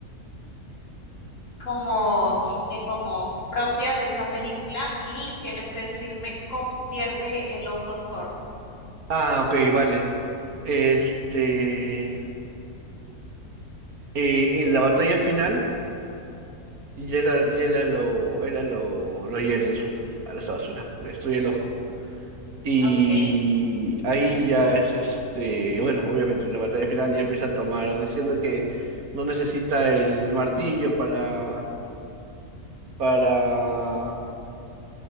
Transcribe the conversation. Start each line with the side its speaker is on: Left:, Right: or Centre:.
Left: como, cl- eh, como propia de esta película y tienes que decirme cómo pierde el ojo Thor.
Right: Ah, ok, vale. Este... Eh, en la batalla final, Yera, Yera lo, era lo, lo hiere en su ojo, a esa basura, le destruye el ojo. Y
Left: Ok,
Right: ahí ya es este, bueno, obviamente en la batalla final ya empieza a tomar, diciendo que no necesita el martillo para, para,